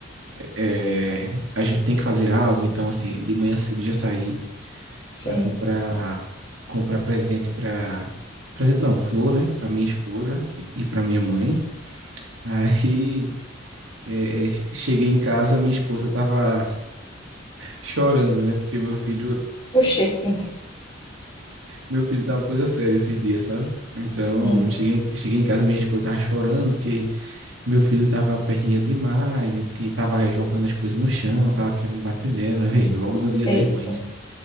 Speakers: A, on the right; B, on the left.
A: é, a gente tem que fazer algo, então, assim, de manhã cedo já saí.
B: Sim.
A: para comprar comprar presente para presente não, flor, né, para minha esposa e para minha mãe. Aí é, é, cheguei em casa, minha esposa tava chorando, né, porque meu filho
B: Oxente.
A: meu filho tá uma coisa séria esses dias, sabe? Então,
B: Hum,
A: cheguei, cheguei em casa, minha esposa tava chorando, porque meu filho tava aperreando demais e ti- tava jogando as coisas no chão, tava querendo bater nela, aí, vê, logo no dia
B: Eita.
A: das mães.